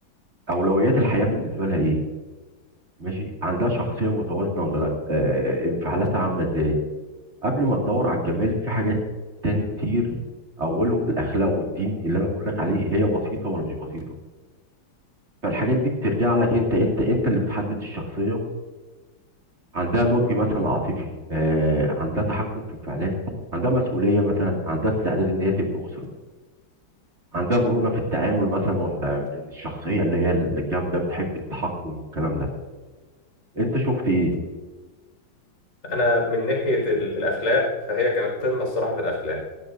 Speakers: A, on the right; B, on the left.
A: اولويات الحياه بالنسبه لها ايه ماشي عندها شخصيه متوازنه ولا لا آه، انفعالاتها عامله ازاي قبل ما تدور على الجمال في حاجات تاني كتير اولهم الاخلاق والدين اللي انا بقول لك عليه هي بسيطه ولا مش بسيطه فالحاجات دي بترجع لك انت انت انت اللي بتحدد الشخصيه عندها نضج مثلا عاطفي آه، عندها تحكم في انفعالات عندها مسؤولية مثلا عندها استعداد ان هي تبني أسرة عندها مرونة في التعامل مثلا ولا من الشخصية اللي هي الجامدة بتحب التحكم والكلام ده انت شفت ايه
B: انا من ناحيه ال- الاخلاق فهي كانت قمه الصراحه في الاخلاق